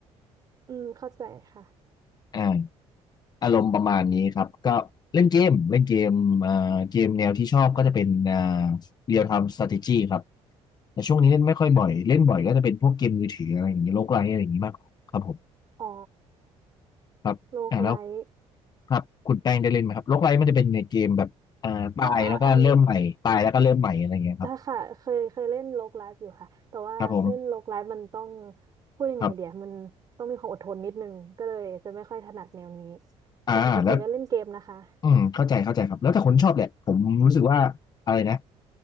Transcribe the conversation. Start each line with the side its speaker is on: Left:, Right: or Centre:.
Right: <laughs> อืมเข้าใจค่ะ
Left: อ่าอารมณ์ประมาณนี้ครับก็เล่นเกมเล่นเกมอ่าเกมแนวที่ชอบก็จะเป็นอ่า real time strategy ครับแต่ช่วงนี้เล่นไม่ค่อยบ่อยเล่นบ่อยก็จะเป็นพวกเกมมือถืออะไรอย่างเงี้ยโลกไลท์อะไรอย่างงี้มากกว่าครับผม
Right: อ๋อ
Left: ครับอ่าแล้ว
Right: โลกไลท์
Left: ครับคุณแป้งได้เล่นไหมครับโลกไลท์มันจะเป็นในเกมแบบอ่าตายแล้วก็เริ่มใหม่ตายแล้วก็เริ่มใหม่อะไรอย่างเงี้ยครับ
Right: อ่า อ่าอ่าหรอถ้าค่ะเคยเคยเล่นโลกไลฟ์อยู่ค่ะ แต่ว่าเล่นโลกไลฟ์มันต้อง
Left: ครับผม
Right: พูดยังไงเดี๋ยวมันต้องมีความอดทนนิดนึงก็เลยจะไม่ค่อยถนัดแนวนี้
Left: ครับอ่าแล้ว
Right: แต่ปกติก็เล่นเกมนะคะ
Left: อืมเข้าใจเข้าใจครับแล้วแต่คนชอบแหละผมรู้สึกว่าอะไรนะ